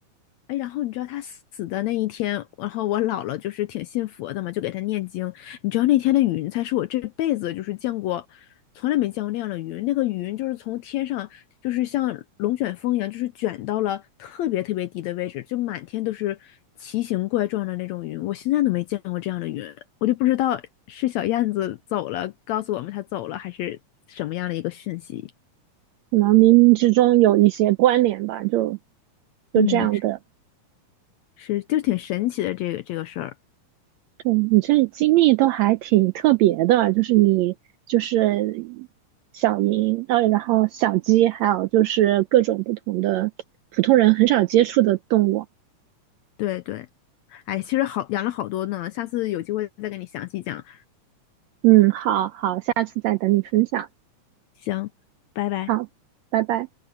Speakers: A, on the left (about 80°); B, on the right (about 80°).
A: 哎，然后你知道他死的那一天，然后我姥姥就是挺信佛的嘛，就给他念经。你知道那天的云彩是我这辈子就是见过，从来没见过那样的云。那个云就是从天上，就是像龙卷风一样，就是卷到了特别特别低的位置，就满天都是奇形怪状的那种云。我现在都没见过这样的云，我就不知道是小燕子走了，告诉我们它走了，还是什么样的一个讯息。
B: 可能冥冥之中有一些关联吧，就就这样的。
A: 嗯，是，就挺神奇的这个这个事儿。
B: 对，你这经历都还挺特别的，就是你就是小鹰，呃，然后小鸡，还有就是各种不同的普通人很少接触的动物。
A: 对对。哎，其实好养了好多呢，下次有机会再跟你详细讲。
B: 嗯，好好，下次再等你分享。
A: 行，拜拜。
B: 好，拜拜。